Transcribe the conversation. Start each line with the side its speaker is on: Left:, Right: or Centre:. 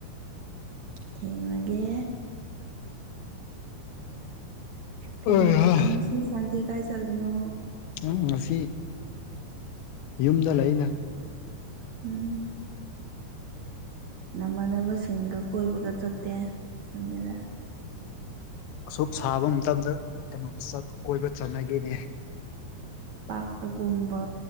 Right: ꯊꯦꯡꯉꯒꯦ꯫ ꯀꯩꯗꯧꯔ
Left: ꯑꯩꯍꯥ
Right: ꯑꯉ ꯁꯤ ꯁꯥꯟꯗꯦ ꯀꯥꯏ ꯆꯠꯂꯤꯅꯣ꯫
Left: ꯎꯝ ꯉꯁꯤ ꯌꯨꯝꯗ ꯂꯩꯅ꯫
Right: ꯎꯝ ꯅꯃꯥꯟꯅꯕꯁꯤꯡꯒ ꯀꯣꯏꯕꯒ ꯆꯠꯇꯦ ꯁꯟꯗꯦꯗ꯫
Left: ꯑꯁꯨ ꯁꯥꯕ ꯃꯇꯝꯗ ꯀꯥꯅꯥ ꯆꯠ ꯀꯣꯏꯕ ꯆꯠꯅꯒꯦꯅꯦ꯫
Right: ꯄꯥꯛꯇꯒꯨꯝꯕ